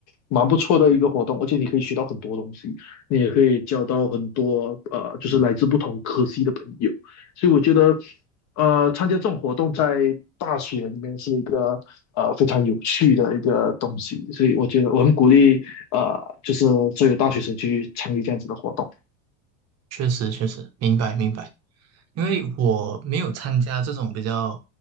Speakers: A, on the left (about 45°); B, on the right (about 40°).
A: 蛮不错的一个活动，而且你可以学到很多东西，你也可以交到很多呃就是来自不同科系的朋友，所以我觉得。呃，参加这种活动在大学里面是一个呃非常有趣的一个东西，所以我觉得我很鼓励呃，就是作为大学生去参与这样子的活动。
B: 确实确实，明白明白。因为我没有参加这种比较，